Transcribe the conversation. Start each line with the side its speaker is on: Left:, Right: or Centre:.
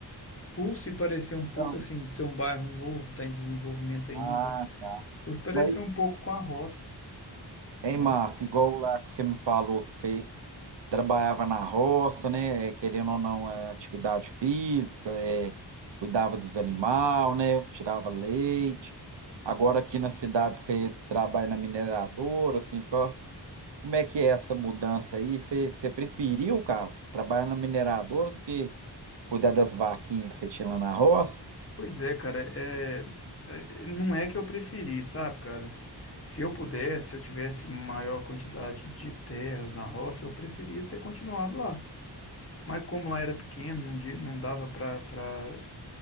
Left: por se parecer um pouco
Right: Então,
Left: assim, ser um bairro novo, está em desenvolvimento ainda,
Right: ah, tá.
Left: por se parecer
Right: Mas,
Left: um pouco com a roça,
Right: hein,
Left: né?
Right: Márcio, igual lá que você me falou que você trabalhava na roça, né? é, Querendo ou não, é atividade física, é, cuidava dos animais, né? Tirava leite. Agora aqui na cidade você trabalha na mineradora, assim, qual- como é que é essa mudança aí? Você, você preferiu, cara, trabalhar na mineradora do que cuidar das vaquinhas que você tinha lá na roça?
Left: Pois é, cara, é, é- não é que eu preferi, sabe, cara? Se eu pudesse, se eu tivesse maior quantidade de terras na roça, eu preferia ter continuado lá. Mas como lá era pequeno, não, di- não dava para